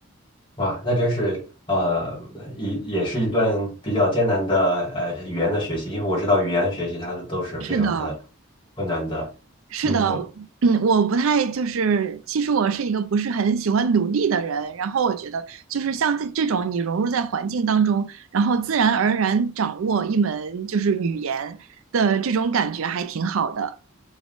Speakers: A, on the left (about 25°); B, on the right (about 75°).
A: 哇，那真是呃，一也是一段比较艰难的呃语言的学习，因为我知道语言学习它的都是非常的
B: 是的，
A: 困难的。
B: 是的，
A: 嗯
B: 嗯，我不太就是，其实我是一个不是很喜欢努力的人。然后我觉得，就是像这这种你融入在环境当中，然后自然而然掌握一门就是语言的这种感觉，还挺好的。